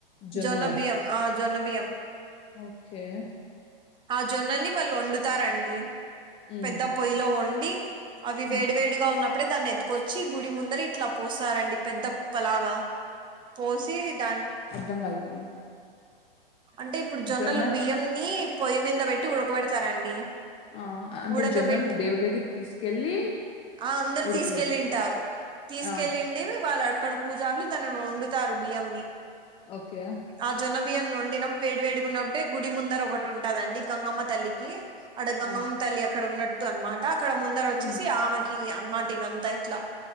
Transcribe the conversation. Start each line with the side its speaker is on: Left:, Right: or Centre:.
Left: జొన్నలా
Right: జొన్నబియం ఆ జొన్నబియం
Left: ఓకే
Right: ఆ జొన్నల్ని వాళ్ళు వండుతారండి
Left: ఉమ్
Right: పెద్ద పొయ్యిలో వండి అవి
Left: ఉమ్
Right: వేడి వేడిగా ఉన్నప్పుడే దాన్ని ఎత్తుకొచ్చి గుడి ముందర ఇట్లా పోస్తారండి పెద్ద కుప్పలాగా పోసి దాని
Left: అర్థం కాలేదండి
Right: అంటే ఇప్పుడు జొన్నలు
Left: జొన్న
Right: బియ్యంన్ని పొయ్యి మీద పెట్టి ట్టి ఉడకబెడతారండి
Left: ఆ అంటే
Right: ఉడకబెట్టి
Left: జొన్నలు దేవుడి దగ్గర తీసుకెళ్ళి
Right: ఆ అందరు
Left: ఉడకబెడతారు
Right: తీసుకెళ్ళింటారు తీసుకెళ్లి
Left: ఆ
Right: ఉండేవి వాళ్ళు అకడ పూజారులు దాని వండుతారు బియ్యం ని
Left: ఓకే
Right: ఆ జొన్న బియ్యం వండినం వేడి వేడుకున్నప్పుడే గుడి ముందర ఒకటి ఉంటదండి గంగమ్మ తల్లికి అడ గంగమ్
Left: ఆ
Right: తల్లి అక్కడ ఉన్నట్టు అనమాట అక్కడ ముందర వచ్చేసి
Left: ఉమ్
Right: ఆమెకి అనమాట ఇవంతా ఇట్లా